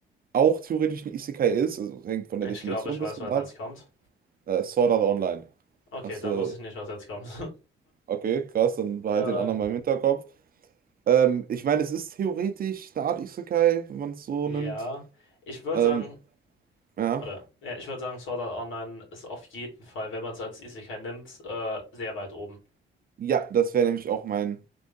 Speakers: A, on the right; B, on the left.
A: auch theoretisch ein Isekai ist, also hängt von der
B: ich
A: Definition
B: glaube, ich
A: ein
B: weiß,
A: bisschen
B: was
A: ab,
B: jetzt kommt.
A: äh, Sword Art Online.
B: Okay,
A: Hast
B: dann
A: du,
B: wusste ich nicht, was jetzt kommt.
A: okay, krass, dann behalt
B: <laughs> äh,
A: den anderen mal im Hinterkopf. Ähm, ich meine, es ist theoretisch eine Art Isekai, wenn man es so
B: ja,
A: nimmt.
B: ich würde
A: Ähm,
B: sagen,
A: ja.
B: oder, ja, ich würde sagen, Sword Art Online ist auf jeden Fall, wenn man es als Isekai nimmt, äh, sehr weit oben.
A: Ja, das wäre nämlich auch mein